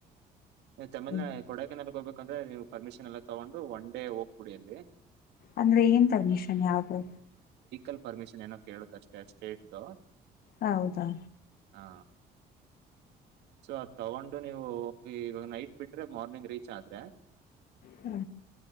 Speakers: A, on the right; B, on the left.
A: ಚಮಲ್
B: ಹ್ಮ್.
A: ಕೊಡಕನಲ್ಲಿಗ್ ಹೋಗ್ಬೇಕು ಯಾಕಂದ್ರೆ ನೀವು ಪರ್ಮಿಷನ್ ಎಲ್ಲ ತಗೊಂಡು ಒನ್ ಡೇ ಹೋಗ್ಬಿಡಿ ಅಲ್ಲಿ
B: ಅಂದ್ರೆ ಏನ್ ಪರ್ಮಿಷನ್ ಯಾದು
A: ಲ್ ಪರ್ಮಿಷನ್ ಏನೋ ಕೇಳುತ್ತ ಅಷ್ಟೇ ಸ್ಟೇಟ್ದು
B: ಹೌದಾ
A: ಹಾ ಸೊ ಅದು ತಗೊಂಡು ನೀವು ಹೋಗಿ ಇವಾಗ ನೈಟ್ ಬಿಟ್ರೆ ಮಾರ್ನಿಂಗ್ ರೀಚ್ ಆದ್ರೆ
B: ಹ್ಮ